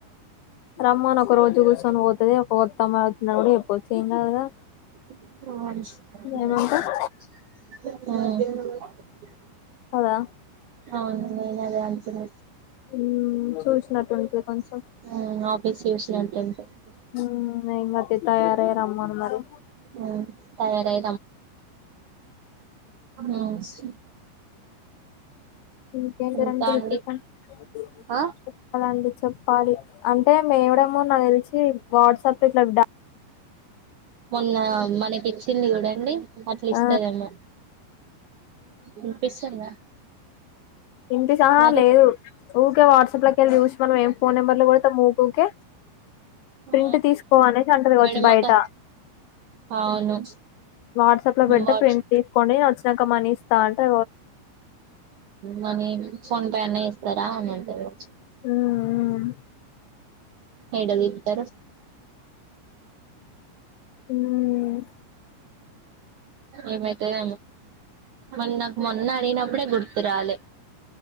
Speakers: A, on the left; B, on the right.
A: రమ్మను ఒక రోజు కూర్చొని పోతది ఒక కొత్త అమ్మాయి వచ్చినప్పుడు ఇ చ్చ ఏం కాదు కదా
B: అవును
A: ఏమంటావ్
B: అ
A: కదా
B: అవును నేనదే అనుకున్న
A: ఆమ్ చూసినట్టుంటది కొంచెం
B: ఆమ్ <unintelligible>
A: ఎంకాదు తియ్ తయారయి రమ్మను మరి
B: ఉమ్ తయారై అ సరే
A: ఇంకేం <unintelligible>
B: ఇంకా అండి ఆ
A: చెప్పాలి అంటే మేడుము నాకు తెలిసి వాట్సాప్ ఇట్లా
B: మొన్న మనకి ఇచ్చింది చూడ లే అట్ల ఇస్తదేమో
A: ఆ
B: వినిపిస్తుందా
A: ఇంటి సహా
B: మరి
A: లేదు ఊకే వాట్సాప్ల కేలి చూసి మనం ఏం ఫోన్ నెంబర్ లు కొడతాం ఊకూకే ప్రింట్
B: ఆ
A: తీసుకో అనేసి అంటది కావచ్చు
B: మేడమక్క
A: బయట
B: అవును
A: వాట్సాప్ లో పెడితే
B: వాట్
A: ప్రింట్ తీసుకొని వచ్చిన క్క మనిస్తా అంటే
B: మనీ ఫోన్ పే అన్న చేస్తరా అని అంటరు కావచ్చు
A: ఉమ్
B: ఏడ తీస్తారు సు
A: ఉమ్
B: ఏమైతదేమో మరి నాకు మొన్న అడిగినప్పుడే గుర్తురాలే